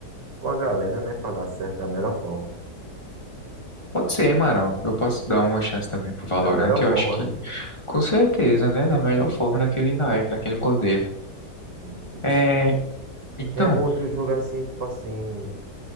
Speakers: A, on the right; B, on the left.
A: com a galera, né? Pra dar certo da melhor forma.
B: Pode ser, mano. Eu posso dar uma chance também pro Valorant.
A: Da melhor
B: Eu
A: forma,
B: acho que,
A: né?
B: com certeza, né? Da melhor forma, naquele naipe, naquele modelo.
A: Sim, sim.
B: É. Então,
A: Tem algum outro jogo assim, tipo assim,